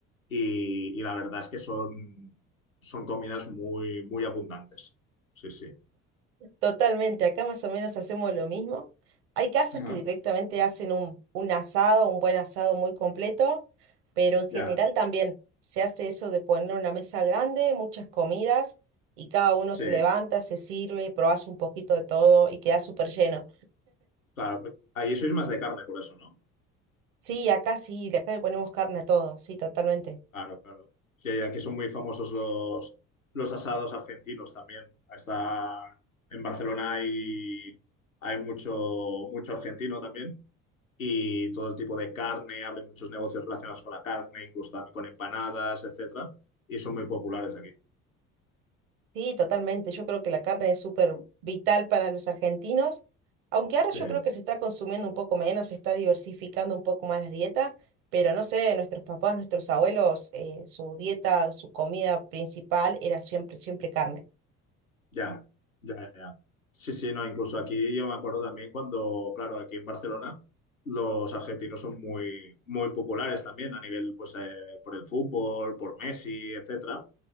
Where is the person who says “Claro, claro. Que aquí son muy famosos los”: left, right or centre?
Left